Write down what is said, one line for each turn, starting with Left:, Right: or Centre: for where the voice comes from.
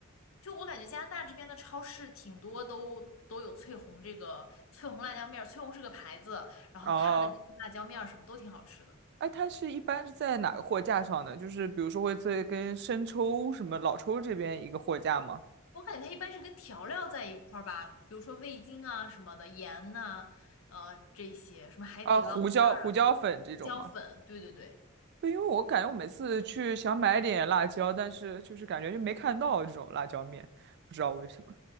Left: 就我感觉加拿大这边的超市挺多都都有翠红这个翠红辣椒面儿，翠红是个牌子，然后它的这些辣椒面儿什么都挺好吃的。
Right: 哦，哎，它是一般是在哪个货架上呢？就是比如说会在跟生抽什么老抽这边一个货架吗？
Left: 我感觉它一般是跟调料在一块儿吧，比如说味精啊什么的，盐呐、呃这些，什么海底捞面儿啊，
Right: 啊，胡椒胡椒粉这种吗？
Left: 胡椒粉，对对对。
Right: 对，因为我感觉我每次去想买点辣椒，但是就是感觉就没看到这种辣椒面，不知道为什么。